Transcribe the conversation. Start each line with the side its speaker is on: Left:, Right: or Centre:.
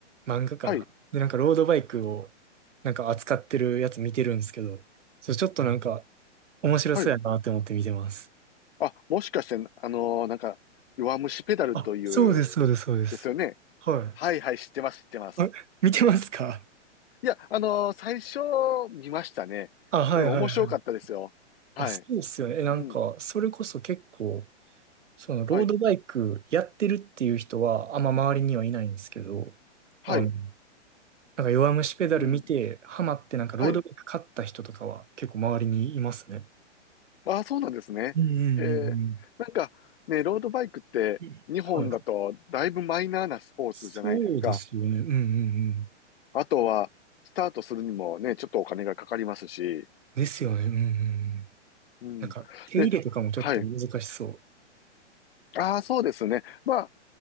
Right: 漫画かな。
Left: はい。
Right: で、なんかロードバイクを、なんか扱ってるやつ見てるんですけど、それちょっとなんか面白そうやなって思って見てます。
Left: はい。あ、もしかして、あのーなんか、弱虫ペダルという、
Right: あ、そうです、そうです、そうです。
Left: ですよね。
Right: は
Left: はいはい、知ってます、知ってます。
Right: い。あ、見てますか
Left: いや、あのー最初、見ましたね。
Right: あ、はいはいはい。
Left: うん、面白かったですよ。はい。
Right: あ、そうですよね。え、なんか、
Left: うん。
Right: それこそ結構、その、ロードバイクやってるっていう人は、
Left: はい。
Right: あんま周りにはいないんですけど、
Left: はい。
Right: あの、なんか弱虫ペダル見て、
Left: うん。
Right: ハマって、なんかロードバイク買った人とかは結構周りにいますね。
Left: はい。ああ、そうなんですね。
Right: うんうんうん
Left: へえ。なんかね、ロードバイクって日本だとだいぶマイナーなスポーツじゃないですか。
Right: うん。はい。そうですよね。うんうんうん。
Left: あとは、スタートするにもね、ちょっとお金がかかりますし。
Right: ですよね。うんうんうん。
Left: うん。
Right: なんか、手入れとかもちょっと難しそ
Left: で、はい。ああ、そうですね。まあ、